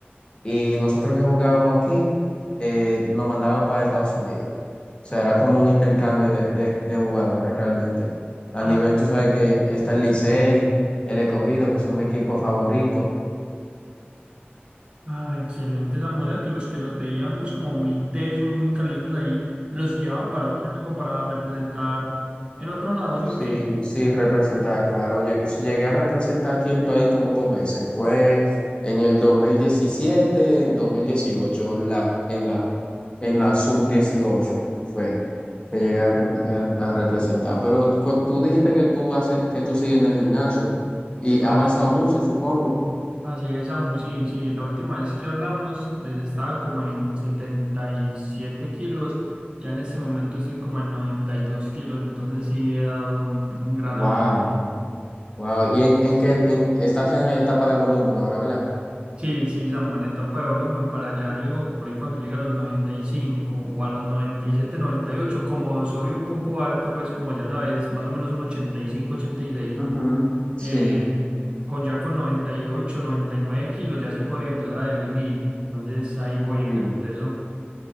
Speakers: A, on the left; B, on the right.
A: y nosotros que jugábamos aquí eh, nos mandaban para Estados Unidos. O sea, era como un intercambio de, de, de jugadores realmente. A
B: Ah,
A: nivel, tú sabes que está el Licey, el Escogido, que son mis equipos favoritos.
B: ah, excelente, Samu. O sea, que los que los veían pues como muy tesos, muy caliosos ahí, los llevaban para otro lado, para representar en otro lado, ¿sí
A: Sí,
B: o qué?
A: sí, representar, claro. Lle- Llegué a representar aquí el país como dos veces. Fue en el dos dos mil diecisiete, dos mil dieciocho en la, en la, en la sub dieciocho, fue que llegué a, pre- a- a representar. Pero cu- tú dijiste que tú haces, que tú sigues en el gimnasio y
B: Ah,
A: ha avanzado mucho, supongo.
B: Así es, Samu, sí, sí, la última vez que hablamos, pues estaba como en 77 kilos, ya en este momento estoy como en 92 kilos, entonces sí he dado un, un gran
A: Wow,
B: avance.
A: no. wow. ¿Y en, en qué en- estás en etapa de volumen ahora, verdad?
B: Sí, sí, Samu, en etapa de volumen para allá, yo digo que por ahí cuando llega a los 95 o a los noventa noventa y siete noventa y ocho como soy un poco alto, pues como ya sabes, más o menos un 85, 86,
A: Ujú, Sí.
B: eh, con ya con noventa noventa y ocho noventa y nueve kilos ya sí podría empezar a definir, entonces ahí voy
A: Uy.
B: en ese proceso.